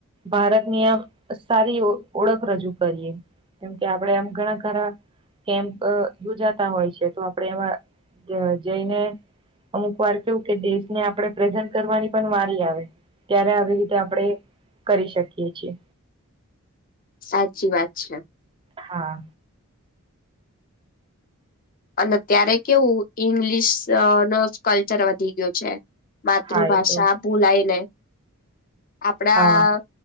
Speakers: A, on the right (about 20°); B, on the left (about 40°).
A: ભારતની આમ સારી ઓ ઓળખ રજૂ કરીએ. કેમ કે આપડે આમ ઘણા ખરા કેમ્પ યોજાતા હોય છે તો આપણે એમાં જ જઈને અમુક વાર કેવું કે દેશ ને આપણે પ્રેઝન્ટ કરવાની પણ વારી આવે ત્યારે આવી રીતે આપણેે કરી શકીએ છીએ.
B: સાચી વાત છે.
A: હા
B: અને ત્યારે કેવું ઈંગ્લિશનો જ કલ્ચર વધી ગયો છે. માતૃભાષા
A: હા એ તો
B: ભૂલાઈને આપડા
A: હા